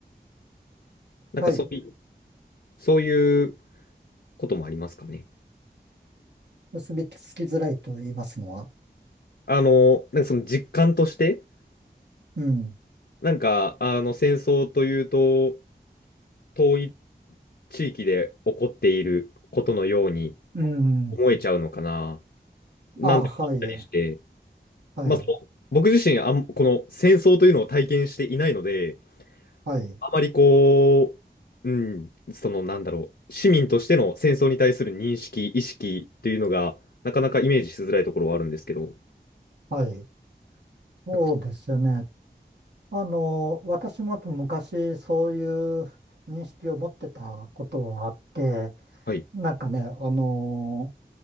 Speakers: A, on the left; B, on the right.
A: なんかそういう、
B: はい。
A: そういうこともありますかね。
B: 結びつきづらいと言いますのは。
A: あの、なんかその実感として、
B: うん。
A: なんか、あの、戦争というと、遠い地域で起こっていることのように
B: うん。
A: 思えちゃうのかな、なんて思ったりして。
B: あ、はい。はい。
A: まあ、その僕自身あん、この戦争というのを体験していないので、
B: はい。
A: あまりこう、うん、そのなんだろう、市民としての戦争に対する認識、意識っていうのが、なかなかイメージしづらいところはあるんですけど、
B: はい。そうですよね。
A: なんか、
B: あの、私も昔そういう認識を持ってたことはあって、
A: はい、
B: なんかね、あの、